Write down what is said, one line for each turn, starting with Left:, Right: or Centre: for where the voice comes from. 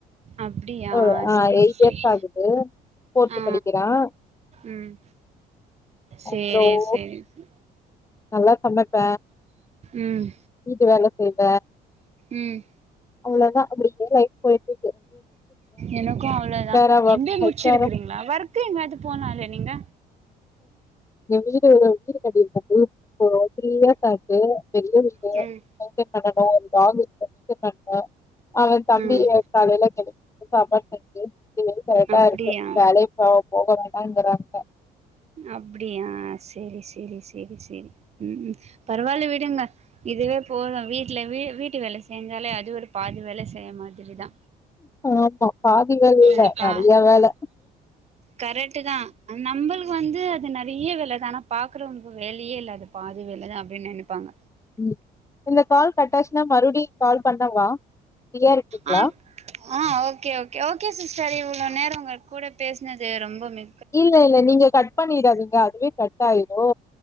Right: அப்டியா
Left: ஒரு அ
Right: சேரி சேரி
Left: இயர்ஸ் ஆகுது.
Right: ஆ
Left: படிக்கிறான்.
Right: ம் சேரி
Left: அப்புறம்
Right: சேரி சே
Left: நல்லா சமைப்ப
Right: ம்
Left: வீட்டு வேல செய்வ
Right: ம்
Left: அவ்ளோதா அப்டியே லைஃப் போயிட்டு
Right: எனக்கு அவ்ளோதா
Left: ஆரா ஒர்க்
Right: எம் எ முடிச்சிருக்கிங்களா
Left: ஹெச்
Right: ஒர்க்கு எங்காது போலால்ல நீங்க
Left: எ வீடு வீடு கட்டிருக்காரு இப்போ தீரி இயர்ஸ் ஆச்சி பெரிய
Right: ம்
Left: <unintelligible> பண்ணனு ஒரு டாகு <unintelligible> பண்ணனு அவ தம்பி
Right: ம்
Left: காலையில கெளம் சாப்பாடு‌ செஞ்சி இதுவே கரெக்டா
Right: அப்டியா
Left: இருக்கு வேலை போ போக வேண்டாங்கிறாங்க
Right: அப்டியா சேரி சேரி சேரி சேரி ம் பரவாயில்ல விடுங்க இதுவே போது வீட்ல வி வீட்டு வேல செஞ்சாலே அது ஒரு பாதி வேல செய்ய மாட் டிகுதா
Left: ஆமா பாதி வேல இல்ல
Right: ஆ கா
Left: நெறைய வேல
Right: கரெட்டுதா அ நம்பளுக் கு வந்து அது நெறைய வேல தா ஆனா பாக்குறவங்களுக்கு வேலையே இல்ல அது பாதி வேல தா அப்டின்னு நெனைப்பாங்க
Left: ம் இந்த கால் கட்டாச்சுன்னா மறுபுடியு கால் பண்ணவா ஃப்ரீயா இருக்கீங்களா
Right: ஆ ஆ ஓகே ஓகே ஓகே சிஸ்டர் இவ்ளோ நேரோ உங்க கூட பேசுனது ரொம்ப மி
Left: இல்ல இல்ல நீங்க கட் பண்ணிடாதீங்க அதுவே கட் டாயிரு